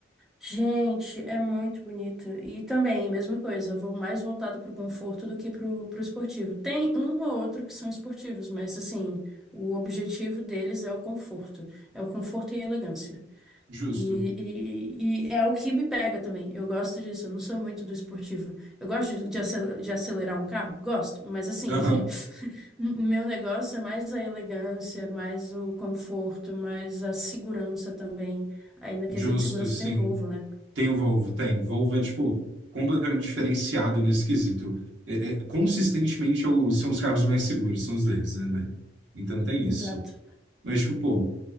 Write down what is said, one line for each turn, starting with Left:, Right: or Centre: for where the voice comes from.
Centre: Gente, é muito bonito. E também, a mesma coisa, vou mais voltado pro conforto do que pro, pro esportivo. Tem um ou outro que são esportivos, mas assim, o objetivo deles é o conforto. É o conforto e a elegância.
Right: Justo.
Centre: E, e- e é o que me pega também. Eu gosto disso. Eu não sou muito do esportivo. Eu gosto de, de acel- de acelerar um carro? Gosto, mas assim,
Right: Aham.
Centre: <laughs> m- meu negócio é mais a elegância, mais o conforto, mais a segurança também. Aí na quesito
Right: Justo,
Centre: de segurança
Right: sim.
Centre: tem o Volvo, né?
Right: Tem o Volvo, tem. Volvo é, tipo, completamente diferenciado nesse quesito. É, é- consistentemente é o- são os carros mais seguros, são os deles, né? velho? Então tem isso.
Centre: Exato.
Right: Mas, tipo, pô,